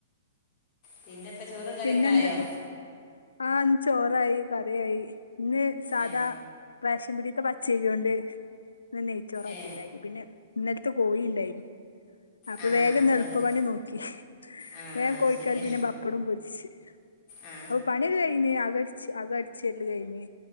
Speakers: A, on the left; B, on the left.
A: പിന്നത്തെ ചോറും കറിയൊക്കെ
B: പിന്നെ എന്തെക്കെ
A: ആയോ
B: ആഹ് ന്ന് ചോറായി കറിയായി ഇന്ന് സാധാ
A: ഏ
B: റേഷം പിടീത്തെ പച്ചരിയോണ്ട് ഇന്ന് നെയ്ച്ചോറാക്കി
A: ഏ
B: ഇണ്ടാക്കി പിന്നെ ഇന്നൽത്തെ കോയിണ്ടായിര്ന്നു അപ്പം
A: ആ
B: വേഗന്ന് എളുപ്പ
A: അത്
B: പണി നോക്കി
A: ആ
B: വേഗം കോഴിക്കറി
A: ശരിയാ
B: പിന്നെ പപ്പടും പൊരിച്ച്
A: ആ
B: അപ്പം പണി കഴി ഇനി അകടച് അടിച്ചെല്ല് കഴിഞ്ഞ്